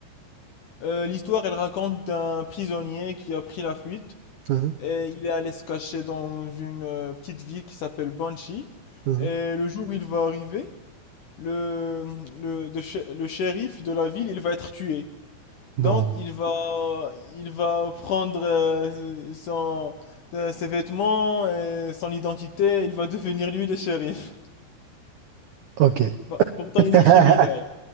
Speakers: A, on the left; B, on the right.
A: Euh, l'histoire, elle raconte d'un prisonnier qui a pris la fuite.
B: Hein
A: Et il est allé se cacher dans une euh, petite ville qui s'appelle Banshee.
B: hein.
A: Et le jour où il va arriver, le, le, de shé- le shérif de la ville, il va être tué. Donc
B: Non.
A: il va, il va prendre euh, son, euh, ses vêtements et son identité. Il va devenir lui le shérif.
B: Ok.
A: Bah, pourtant
B: <laughs>
A: il est criminel.